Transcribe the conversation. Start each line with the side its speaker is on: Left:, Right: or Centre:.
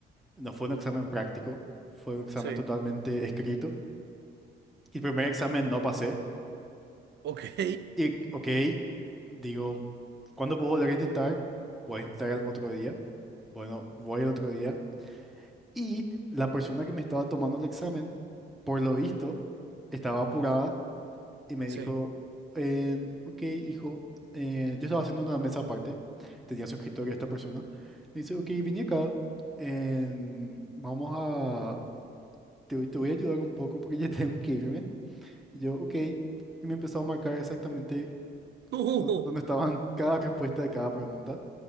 Centre: No fue un examen práctico, fue un examen
Right: Sí.
Centre: totalmente escrito. Y el primer examen no pasé.
Right: Ok.
Centre: Y, ok, digo, ¿cuándo puedo volver a intentar? Puedes intentar el otro día. Bueno, voy el otro día. Y la persona que me estaba tomando el examen, por lo visto, estaba apurada y me
Right: Sí.
Centre: dijo, em, ok, hijo, eh, yo estaba haciendo una mesa aparte, tenía su escritorio esta persona. Me dice, ok, vine acá, em, vamos a, te, te voy a ayudar un poco porque ya <laughs> tengo que irme. Y yo, ok, y me empezó a marcar exactamente
Right: <laughs> No.
Centre: dó- dónde estaban <laughs> cada respuesta de cada pregunta.